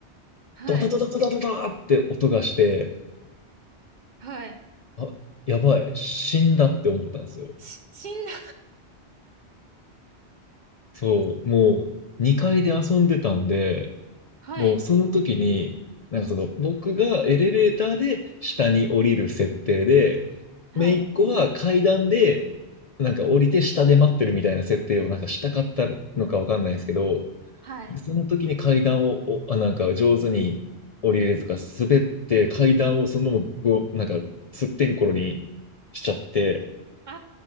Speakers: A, on the right (about 50°); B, on the left (about 55°).
A: はい。
B: ドタドタドタドタって音がして、
A: はい。
B: あ、やばい、死んだって思ったんですよ。
A: し、<laughs> 死んだ。
B: そう、もう2階で遊んでたんで、
A: はい。
B: もうその時に、なんかその僕がエレベーターで下に降りる設定で、
A: はい。
B: 姪っ子は階段でなんか降りて下で待ってるみたいな設定をなんかしたかったのかわかんないですけど、
A: はい。
B: で、その時に階段を、お、あ、なんか上手に降りれるとか、滑って階段をそのままこう、なんか、すってんころにしちゃって、
A: あ